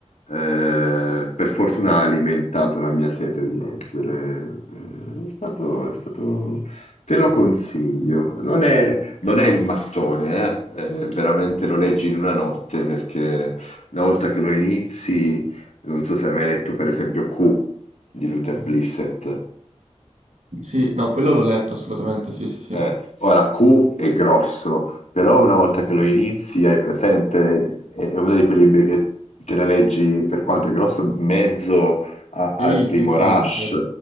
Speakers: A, on the left; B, on the right.
A: eh, per fortuna ha alimentato la mia sete di leggere. Eh, È stato, è stato... Te lo consiglio. Non è, non è il mattone, eh. Eh, veramente lo leggi in una notte perché una volta che lo inizi, non so se hai mai letto per esempio Q di Luther Blissett.
B: Sì, no, quello l'ho letto assolutamente, sì, sì, sì.
A: Eh, ora Q è grosso, però una volta che lo inizi hai presente, è è uno di quei libri che te ne leggi per quanto è grosso, mezzo a-
B: Sì,
A: al primo
B: sì, sì,
A: rush.
B: cioè-